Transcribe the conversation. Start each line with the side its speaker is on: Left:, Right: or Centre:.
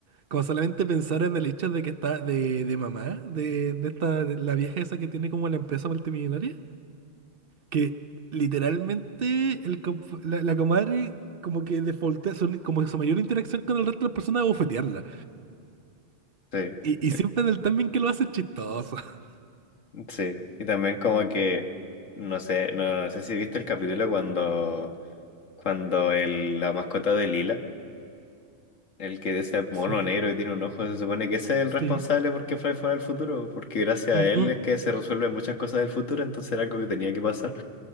Right: Como solamente pensar en el hecho de que está de, de mamá, de, de esta, de la vieja esa que tiene como la empresa multimillonaria, que literalmente el, comp- la, la comadre como que defaultea, su- como que su mayor interacción con el resto de las personas es bofetearla.
Left: Sí,
Right: Y,
Left: sí,
Right: y siempre en el timing que lo hace es chistoso. <laughs>
Left: sí. Y también como que, no sé, no sé si viste el capítulo cuando, cuando el, la mascota de Lila, el que es ese mono
Right: Sí,
Left: negro y tiene un ojo, se supone que ese es el
Right: sí,
Left: responsable porque Fry fuera al futuro, porque gracias
Right: ujú,
Left: a él es que se resuelven muchas cosas del futuro, entonces era algo que tenía que pasar.